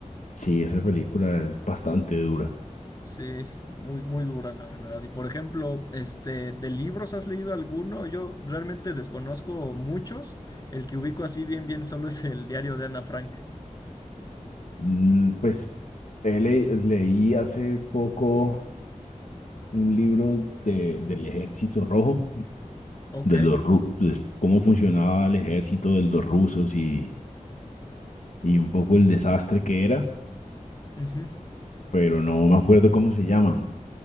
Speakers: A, on the left; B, on the left.
A: Sí, esa película es bastante dura.
B: Sí, muy, muy dura la verdad. Y por ejemplo, este, ¿de libros has leído alguno? Yo realmente desconozco muchos. El que ubico así bien bien solo es el diario de Ana Frank.
A: Mm, Pues he le- leí hace poco un libro de, del Ejército Rojo,
B: Ok.
A: de los ru- pues, cómo funcionaba el ejército de los rusos y, y un poco el desastre que era,
B: Ujú.
A: pero no me acuerdo cómo se llama.